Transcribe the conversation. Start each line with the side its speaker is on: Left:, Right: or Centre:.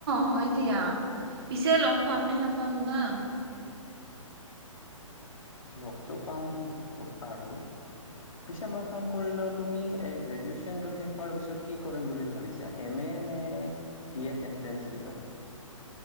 Right: হয় দিয়া পিছে লগ পাম নে নাপাম বা?
Left: লগটো পাম ব বাৰু? পিছে মই ফোন কৰিলো তুমি এই গ্ৰেজুুৱেচনটো শেষ হোৱাৰ পিছত কি কৰিম বুলি ভাবিছা? এম এ নে বিএড এণ্ট্ৰেন্ঞ্চ দিবা?